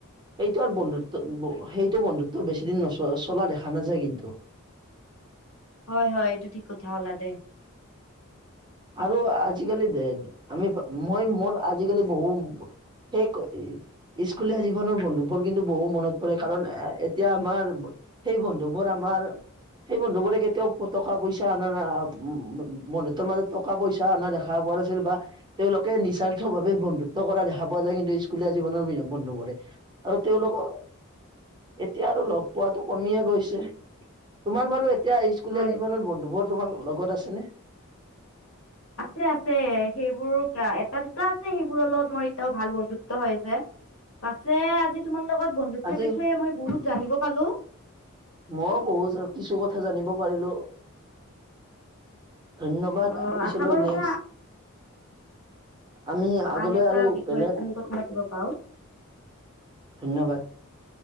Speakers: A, on the right (about 20°); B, on the left (about 70°).
A: সেইটো আৰু বন্ধুত্ব ব সেইটো বন্ধুত্ব বেছি দিন নচ চলা দেখা নাযায় কিন্তু।
B: হয় হয় এইটো ঠিক কথা কলা দে
A: আৰু আজিকালি দে আমি মই মোৰ আজিকালি বহু সেই ক ই স্কুলীয়া জীৱনৰ বন্ধুবোৰ কিন্তু বহু মনত পৰে কাৰণ এ এতিয়া আমাৰ ব সেই বন্ধুবোৰ আমাৰ সেই বন্ধু বোৰে কেতিয়াও টকা পইচা অনা নাই উ বন্ধুত্বৰ মাজত টকা-পইচা অনা দেখা পোৱা নাছিল বা তেওঁলোকে নিস্বাৰ্থ ভাৱে বন্ধুত্ব কৰা দেখা পোৱা যায় কিন্তু স্কুলীয়া জীৱনৰ বন্ধু বোৰে। আৰু তেওঁলোক এতিয়া আৰু ল'গ পোৱাটো কমিয়ে গৈছে তোমাৰ বাৰু এতিয়া স্কুলীয়া
B: হয়।
A: জীৱনত বন্ধুবোৰ তোমাৰ লগত আছেনে?
B: আছে আছে সেইবোৰ এটা দুটা আছে সেইবোৰৰ লগত মোৰ এতিয়াও ভাল বন্ধুত্ব হৈ আছে। পাছে আজি তোমাৰ লগত বন্ধুত্বৰ
A: আজি
B: বিষয়ে মই বহুত জানিব পালো।
A: মই বহুত কিছু কথা জানিব পাৰিলো। ধন্যবাদ
B: অ
A: পিছলৈ
B: আশা কৰোতে
A: নেক্সট আমি আগলৈ
B: আন এটা
A: আৰু
B: বিষয়ত
A: বেলেগ
B: আমি কথা পাতিব পাৰো।
A: ধন্যবাদ।